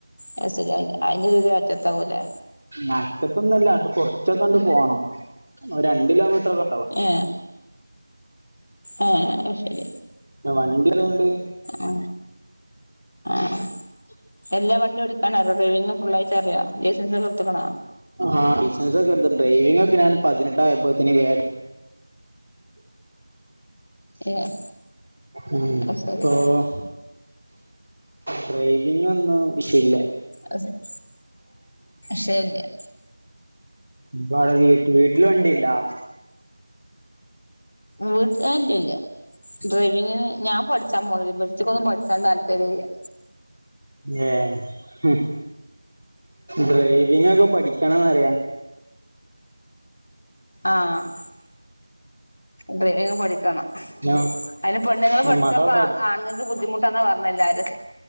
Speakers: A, on the left; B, on the right.
A: അയ് ശെരി അയി അയിൻ്റെഒ രു അറ്റത്താവൂലേ
B: നാട്ട് ക്കൊന്നു ല്ല ആണ്ട് കൊറച്ചൊക്കെ ആണ്ട് പോണം രണ്ട് കിലോമീറ്ററൊക്കെ
A: ഏഹ് ആഹ് അയ് ശെരി
B: വണ്ടിള്ളോണ്ട്
A: ഏ ആഹ് എല്ലാ വണ്ടിം ഓടിക്കാൻ അറിയോ ഡ്രൈവിങ് ഫുള്ളായിട്ട് അറിയോ ലൈൻസെൻസൊക്കെ ത്തക്ക് ണാ
B: ആഹ് ലൈസൻസ്സൊക്കെടുത്ത് ഡ്രൈവിംഗൊക്കെ ഞാൻ പതിനെട്ട് ആയപ്പോത്തിന് വേ
A: ഏഹ്
B: ഉം
A: അത് ശരി
B: ആഹ് ഡ്രൈവിംഗൊന്നും വിഷ്വോല്ല
A: അയ് സ ശരിയാ
B: ഇപ്പ ആടെ വീ വീട്ടില് വണ്ടിണ്ടാ
A: വീ ഏയ് ഇല്ല ല്ല്യ ഡ്രൈവിംഗിന് ഞാൻ പഠി <unintelligible> പഠിച്ചാൻ താല്പര്യല് മില്ല
B: ഏഹ് ഹും ഡ്രൈവിംഗൊക്കെ പഠിക്കണംന്ന്റിയാ
A: ആഹ് ഡ്രൈവിങ് പഠിക്കണം
B: ഞാൻ
A: അയ്ന് പെണ്ണ്ങ്ങള് പഠിച്ചാപ്പാ
B: മക്കളെ പഠി
A: ആണ്ങ്ങക്ക് ബുദ്ധിമുട്ടാ <unintelligible> പറഞ്ഞെ എല്ലാരും.